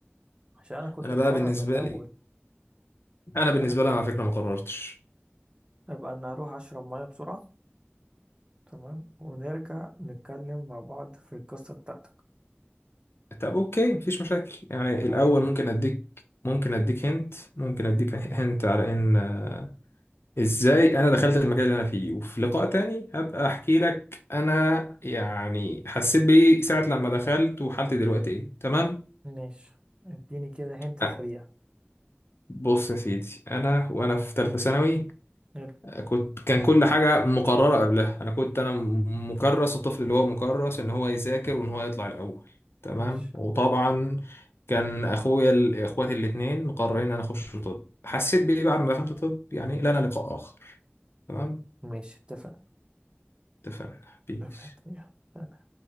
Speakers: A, on the right; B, on the left.
A: عشان انا كنت
B: انا
A: مقرر
B: بقى بالنسبه
A: من الاول
B: لي انا بالنسبه
A: انا
B: لي انا على فكره ما قررتش
A: ابقى ان اروح اشرب ميه بسرعه تمام ونرجع نتكلم مع بعض في القصه بتاعتك
B: طب اوكي مفيش مشاكل يعني
A: ايه رايك
B: الاول ممكن اديك ممكن اديك هنت ممكن اديك هنت على ان آه، ازاي انا دخلت المكان اللي انا فيه وفي لقاء تاني هبقى احكي لك انا يعني حسيت بايه ساعة لما دخلت وحالتي دلوقتي ايه تمام
A: ماشي اديني كده هنت
B: آه،
A: سريع
B: بص يا سيدي انا وانا في ثالثة ثانوي
A: يلا
B: كنت كان كل حاجة مقررة قبلها أنا كنت أنا مكرس الطفل اللي هو مكرس إن هو يذاكر وإن هو يطلع الأول تمام
A: ماشي
B: وطبعا
A: ها،
B: كان أخويا ال- إخواتي الاتنين مقررين إن أنا أخش طب حسيت بإيه بعد ما دخلت طب يعني لنا لقاء آخر تمام
A: ماشي اتفقنا
B: اتفقنا بيس
A: اتفقنا يلا.